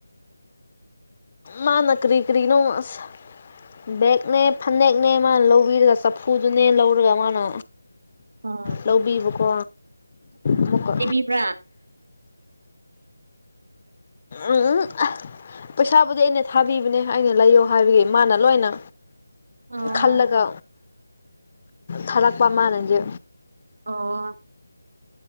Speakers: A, on the left (about 35°); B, on the right (about 60°).
A: ꯃꯥꯅ ꯀꯔꯤ ꯀꯔꯤꯅꯣ ꯑꯁ ꯕꯦꯛꯅꯦ ꯐꯅꯦꯛꯅꯦ ꯃꯥꯅ ꯂꯧꯕꯤꯔꯒ ꯆꯐꯨꯗꯨꯅꯦ ꯂꯧꯔꯒ ꯃꯥꯅ
B: ꯑꯥ
A: ꯂꯧꯕꯤꯕꯀꯣ ꯑꯃꯨꯛꯀ
B: ꯏꯕ꯭ꯔꯥ
A: ꯎꯝ ꯎꯝ ꯄꯩꯁꯥꯕꯨꯗꯤ ꯑꯩꯅ ꯊꯥꯕꯤꯕꯅꯦ ꯑꯩꯅ ꯂꯩꯌꯣ ꯍꯥꯏꯕꯒꯤ ꯃꯥꯅ ꯂꯣꯏꯅ
B: ꯑꯣ
A: ꯈꯜꯂꯒ ꯊꯥꯔꯛꯄ ꯃꯅꯗꯤ
B: ꯑꯣ